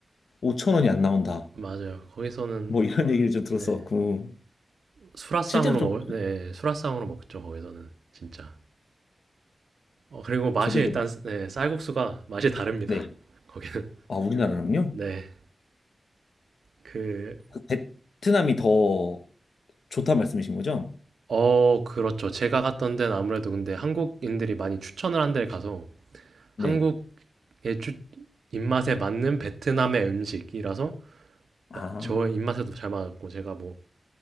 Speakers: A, on the left (about 85°); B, on the right (about 80°).
A: 5천 원이 안 나온다.
B: 맞아요. 거기서는
A: 뭐 이런 얘기를 좀 들었어갖고
B: 네, 수라상으로
A: 실제로 좀
B: 먹을 네, 수라상으로 먹죠. 거기서는 진짜. 어, 그리고 맛이
A: 저도
B: 일단
A: 이제
B: 네, 쌀국수가 맛이 다릅니다.
A: 네.
B: <laughs> 거기는.
A: 아, 우리나라랑요?
B: 네. 그
A: 그 베트남이 더 좋다 말씀이신 거죠?
B: 어, 그렇죠. 제가 갔던 데는 아무래도 근데 한국인들이 많이 추천을 한 데를 가서
A: 네.
B: 한국의 주, 입맛에 맞는 베트남의 음식이라서
A: 아,
B: 저 입맛에도 잘 맞았고 제가 뭐